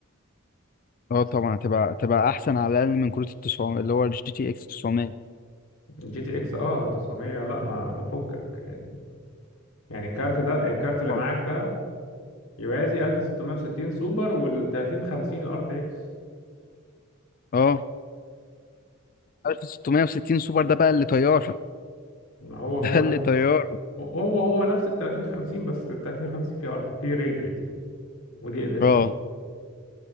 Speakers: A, on the left; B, on the left.
A: اه طبعا هتبقى هتبقى احسن على الاقل من كروت ال 900 اللي هو الجي تي اكس 900
B: جي تي اكس اه 900 لا ما فكك يعني يعني الكارت ده الكارت اللي
A: اه
B: معاك ده يوازي 1660 سوبر وال 30 50 الار تي اكس
A: اه 1660 سوبر ده بقى اللي طيار
B: ما هو هو
A: <laughs> ده اللي
B: نفس
A: طيار
B: آه. هو هو نفس ال 30 50 بس ال 30 50 في ارت في ري تريسنج ودي ال اس
A: اه
B: اس